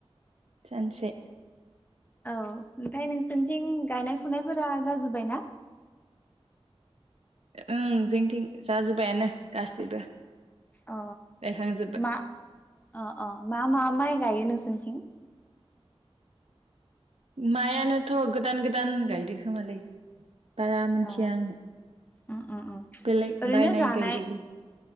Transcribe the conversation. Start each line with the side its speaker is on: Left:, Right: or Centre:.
Right: सानसे
Left: औ ओमफाय नोंसोरनिथिं गायनाय फुनायफोरा जाजोब्बाय ना?
Right: ओं जोंथिं जाजोब्बायानो गासिबो।
Left: अ
Right: गायखांजोब्बाय
Left: मा अ अ मा मा माइ गायो नोंसोरनिथिं?
Right: मायानोथ' गोदान गोदान गायदोखोमालै। बारा मोनथिया
Left: अ
Right: आंङो
Left: उम उम उम
Right: बेलेग
Left: ओरैनो
Right: बायनाय
Left: जानाय
Right: गायदोलै।